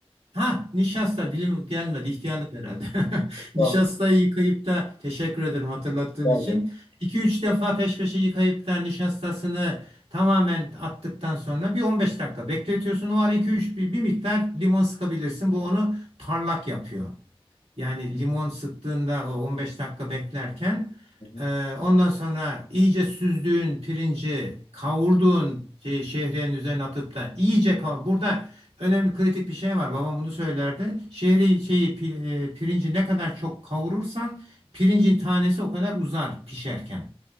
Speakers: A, on the right (about 80°); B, on the left (about 75°).
A: Ha, nişasta dilim gelmedi ihtiyarlık herhalde. <laughs>
B: nişasta.
A: Nişastayı yıkayıp da teşekkür ederim hatırlattığın
B: Daha
A: için.
B: da.
A: iki üç defa peş peşe yıkayıp da nişastasını tamamen attıktan sonra bir 15 dakika bekletiyorsun. O ara iki üç bir, bir miktar limon sıkabilirsin. Bu onu parlak yapıyor. Yani limon sıktığında o 15 dakika beklerken
B: Hı hı.
A: e, ondan sonra iyice süzdüğün pirinci kavurduğun şey, şehriyenin üzerine atıp da iyice kavur. Burada önemli kritik bir şey var. Babam bunu söylerdi. Şehri şeyi pi- e, pirinci ne kadar çok kavurursan pirincin tanesi o kadar uzar pişerken